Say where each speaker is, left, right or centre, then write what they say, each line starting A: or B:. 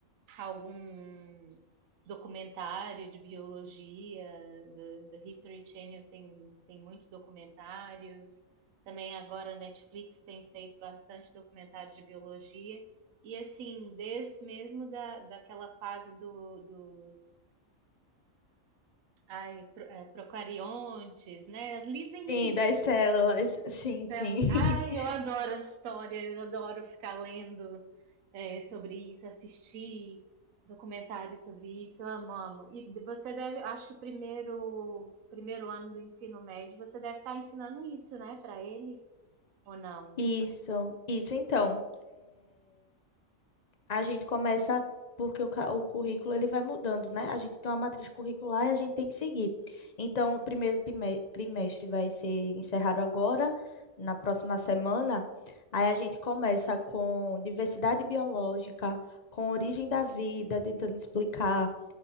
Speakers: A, on the right; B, on the left.
A: algum documentário de biologia, do, do History Channel tem, tem muitos documentários. Também agora a Netflix tem feito bastante documentário de biologia. E assim, desde mesmo da, daquela fase do, dos Ai, pro- é, procariontes, né? As Livro Início.
B: Sim, das células. Sim,
A: das tel-
B: sim.
A: Ai,
B: <laughs>
A: eu adoro essa história, eu adoro ficar lendo é, sobre isso, assistir documentários sobre isso, eu amo, amo. E você deve, acho que o primeiro, primeiro ano do ensino médio, você deve estar ensinando isso, né, para eles, ou não?
B: Isso, isso então. A gente começa porque o, ca- o currículo ele vai mudando, né? A gente tem uma matriz curricular e a gente tem que seguir. Então, o primeiro trime- trimestre vai ser encerrado agora, na próxima semana. Aí a gente começa com diversidade biológica, com origem da vida, tentando explicar